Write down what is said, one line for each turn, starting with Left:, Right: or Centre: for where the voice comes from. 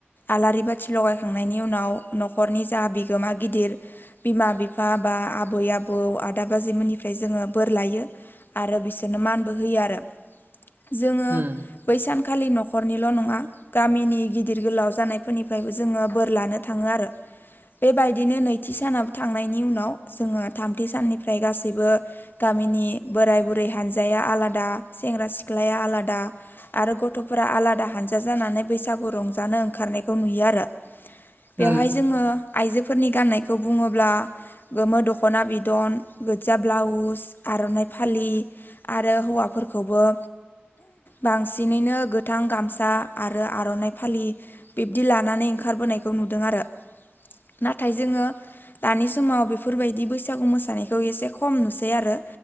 Left: आलारि बाथि लगायखांनायनि उनाव न'खरनि जा बिगोमा गिदिर बिमा बिफा बा आबै आबौ आदा बाजैमोननिफ्राय जोङो बोर लायो। आरो बिसोरनो मानबो होयो आरो जोङो
Right: उम
Left: बै सानखालि न'खरनिल' नङा गामिनि गिदिर गोलाव जानायफोरनिफ्रायबो जोङो बोर लानो थाङो आरो। बेबायदिनो नैथि सानाव थांनायनि उनाव जोङो थामथि साननिफ्राय गासैबो गामिनि बोराय बुरै हानजाया आलादा सेंग्रा सिख्लाया आलादा आरो गथ'फोरा आलादा हानजा जानानै बैसागु रंजानो ओंखारनायखौ नुयो आरो। बेवहाय
Right: उम औ
Left: जोङो आइजोफोरनि गान्नायखौ बुङोब्ला गोमो दख'ना बिदन गोजा ब्लाउस आर'नाइ फालि आरो हौवाफोरखौबो बांसिनैनो गोथां गामसा आरो आर'नाइ फालि बिब्दि लानानै ओंखारबोनायखौ नुदों आरो नाथाय जोङो दानि समाव बेफोरबायदि बैसागु मोसानायखौ एसे खम नुसै आरो